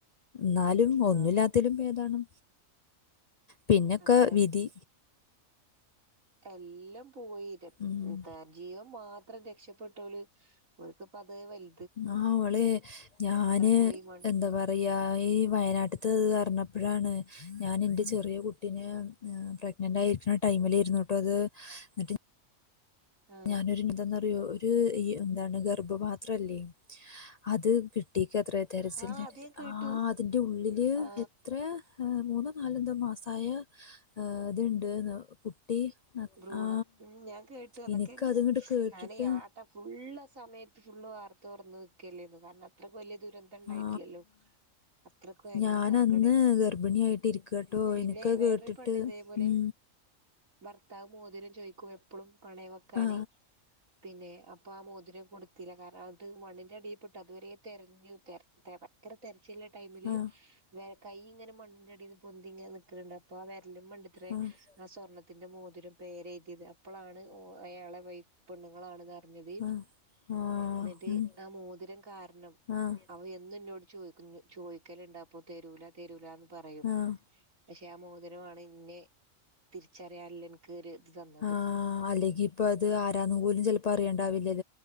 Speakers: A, on the left; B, on the right.
A: ന്നാലും
B: ആ
A: ഒന്നില്ലാത്തലും ഭേതാണ് പിന്നൊക്കെ
B: അതാണ്
A: വിധി
B: എല്ലം പോയീരെ <unintelligible>
A: ഉം
B: അത്ര രക്ഷപ്പെട്ടോളെ ഓർക്കിപ്പതെ വൽ
A: നാഹ് അവളെ ഞാനെ
B: പോയി മൺ
A: എന്താ പറ- ഇപ്പ യായി വയനാട്ടിത്തെ അറിഞ്ഞപ്പഴാണ് ഞാനെന്റെ ചെറിയ കുട്ടീനെ ഏഹ് പ്രഗ്നന്റായിരിക്കുന്ന ടൈമിലായിരുന്നു കേട്ടോ അത് എന്നിട്ട്
B: ആ
A: ഞാനൊരു എന്തെന്നറിയോ ഒരു ഈഹ് എന്താണ് ഗർഭപാത്രല്ലേ അത് കിട്ടി കുട്ടീക്കത്ര തെരച്ചിലിനിടീല്
B: ആ അത് ഞാൻ കേട്ടു
A: ആഹ് അതിന്റെ ഉള്ളില്
B: ആ
A: എത്രയാ ഏഹ് മൂന്നോ നാലെന്തോ മാസായ ഇതിണ്ടേന്ന് കുട്ടി ന-
B: ഭ്രൂണം
A: ആ
B: ഉം ഞാൻ കേട്ടു അതൊക്കെ
A: എനിക്ക് അതിങ്ങോട്ട് കേട്ടിട്ട്
B: ഞാനെ ആഹ് ട്ട ഫുള്ളാ സമയത്ത് ഫുള്ളു വാർത്ത തൊറന്ന് വെക്കലേരുന്നു കാരണം അത്രയ്ക്ക് വലിയ ദൂരന്ത്‌ ത്തിണ്ടായിട്ടില്ലല്ലോ
A: ആ
B: അത്രക്കു ഭയങ്കര
A: ഞാൻ
B: സങ്കടേന്നു
A: അന്ന് ഗർഭിണിയായിട്ട് ഇരിക്കട്ടോ
B: പിന്നെ
A: എനിക്ക്
B: വേറൊരു
A: കേട്ടിട്ട്
B: പെണ്ണിതേപോലെ
A: ഉം
B: ഭർത്താവു മോതിരം ചോയിക്കും എപ്പളും പണയം വെക്കാനെ
A: ആ
B: പിന്നെ അപ്പ ആ മോതിരം കൊടുത്തില്ല കാരണം അത് മണിന്റെടിയിൽപ്പെട്ടു അതുവരെ തെരഞ്ഞു തെര തെ ഭക്കര തെരച്ചിലെ ടൈമില്
A: ആ
B: വെ കൈ ഇങ്ങിനെ മണ്ണിന്റെടീന്ന് പൊന്തി ഇങ്ങനെ നിക്കണുണ്ട് അപ്പ ആ വെരലും മണ്ടിത്രേ
A: ആഹ്
B: ആ സ്വർണ ത്തിന്റെ മോതിരം പേരെഴുതിയത് അപ്പളാണ് ഓഹ് അയാളെ വൈഫ്‌ പെണ്ണുങ്ങളാണെന്നറിഞ്ഞ ഞ്ഞത്
A: ആഹ് ആഹ്
B: ന്നിട്ട്
A: ഉം
B: ആ മോതിരം കാരണം
A: ആഹ്
B: അവ എന്നെന്നോട് ചോദിക്ക കുഞ്ഞെ ചോദിക്കലുണ്ടാപ്പ തെരൂല തെരൂല്ലാന്ന് പറയും
A: ആഹ്
B: പക്ഷെ ആ മോതിമാണ് ഇന്നെ തിരിച്ചറിയാനുള്ള ക്കൊരു ഇതന്ന്
A: ആഹ് അല്ലെങ്കി ഇപ്പ അത ആരാന്നും പോലും ചിലപ്പ അറിയേണ്ടാവില്ലല്ലേ